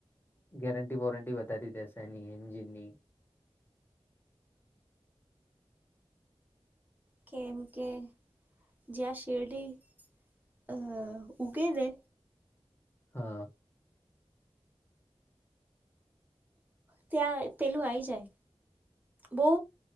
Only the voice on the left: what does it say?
ગેરંટી વોરંટી વધારી દેશે એની એન્જિનની.
હા.